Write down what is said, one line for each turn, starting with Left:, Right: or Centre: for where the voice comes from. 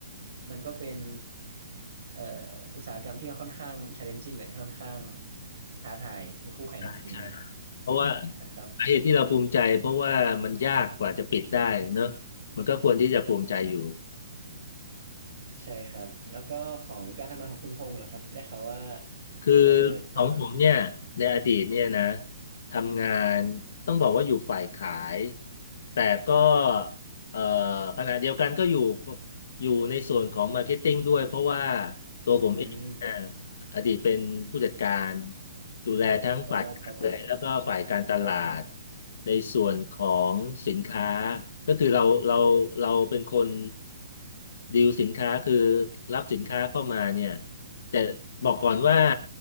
Right: มันก็เป็นเอ่ออุตสาหกรรมที่ค่อนข้าง challenging เลยค่อนข้างท้าทายมีคู่แข่งค่อนข้างเยอะ
Left: ใช่ใช่เพราะว่า
Right: นะครับ
Left: สาเหตุที่เราภูมิใจเพราะว่ามันยากกว่าจะปิดได้เนอะมันก็ควรที่จะภูมิใจอยู่
Right: ใช่ครับแล้วก็ของการทำงานของคุณพงษ์เหรอครับได้ข่าวว่า
Left: คือ
Right: เอ่อตอน
Left: ของผมเนี่ยในอดีตเนี่ยนะทำงานต้องบอกว่าอยู่ฝ่ายขายแต่ก็เอ่อขณะเดียวกันก็อยู่อยู่ในส่วนของมาร์เก็ตติ้งด้วยเพราะว่าตัวผมเองเนี่ย
Right: อืม
Left: อดีตเป็นผู้จัดการดูแลทั้งฝ่ายขายแล้วก็ฝ่ายการตลาด
Right: โอ้ครับผม
Left: ในส่วนของสินค้าก็คือเราเราเราเป็นคนดีลสินค้าคือรับสินค้าเข้ามาเนี่ย แต่บอกก่อนว่า